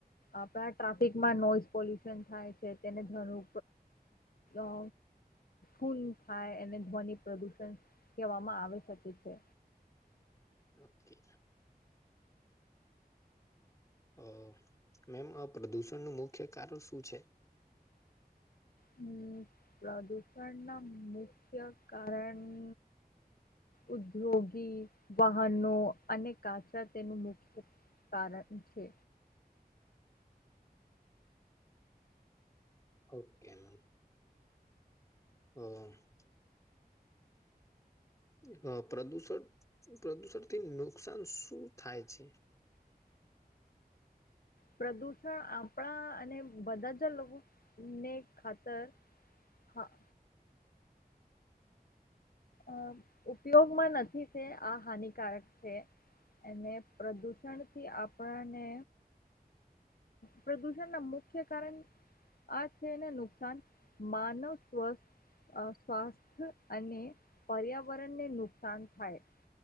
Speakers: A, on the left; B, on the left.
A: આપડા ટ્રાફિકમાં નોઈઝ પોલ્યુશન થાય છે, તેને ધનુ અ કુલ થાય એને ધ્વનિ પ્રદુષણ કહેવામાં આવી શકે છે.
B: ઓકે. અ મેમ આ પ્રદૂષણનું મુખ્ય કારણ શું છે?
A: હમ, પ્રદૂષણના મુખ્ય કારણ ઉદ્યોગી વાહનો, અનેક કાચા તેનું મુખ્ય કારણ છે.
B: Okay, ma'am. હઅ <unintelligible> હ, પ્રદુષણ-પ્રદુષણથી નુકસાન શું થાય છે?
A: પ્રદૂષણ આપણા અને બધા જ લોકો ને ખાતર હા. અ ઉપયોગમાં નથી, તે આ હાનિકારક છે. અને પ્રદૂષણથી આપણાને પ્રદૂષણના મુખ્ય કારણ આ છે ને નુકસાન માનવ સ્વસ્થ અ સ્વાસ્થ્ય અને પર્યાવરણને નુકસાન થાય.